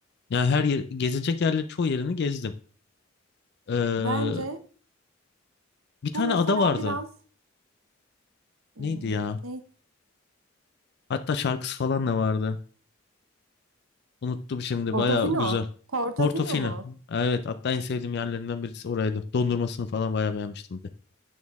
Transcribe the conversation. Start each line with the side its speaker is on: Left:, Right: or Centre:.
Left: Ya her yer, gezilecek yerlerin çoğu yerini gezdim. Ee,
Right: Bence
Left: bir tane
Right: bu mesela
Left: ada vardı.
Right: biraz hmm,
Left: Neydi ya?
Right: ne?
Left: Hatta şarkısı falan da vardı. Unuttum şimdi.
Right: Portofino.
Left: Baya güzel.
Right: Portofino
Left: Portofino.
Right: mu?
Left: Evet. Hatta en sevdiğim yerlerinden birisi oraydı. Dondurmasını falan baya beğenmiştim bir de.